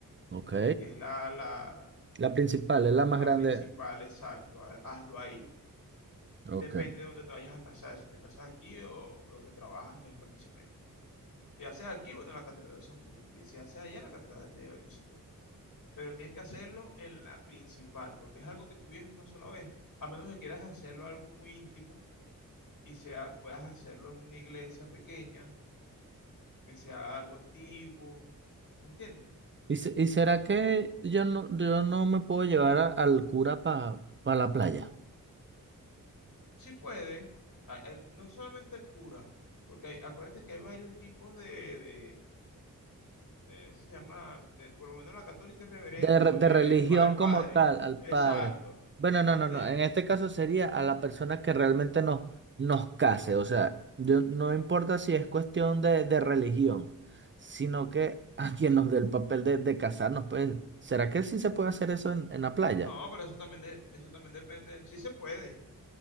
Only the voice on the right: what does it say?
ok.
La principal, es la más
grande.
Ok.
¿Y, se- y será que yo no, yo no me puedo llevar a- al cura para la playa?
De, re- de
religión
como tal, al
padre. Bueno,
no, no,
no.
En este caso sería a la persona que realmente nos, nos case. O sea, yo- no importa si es cuestión de, de religión, sino que <laughs> a quien nos dé el papel de, de casarnos, pues, ¿será que sí se puede hacer eso en, en la playa?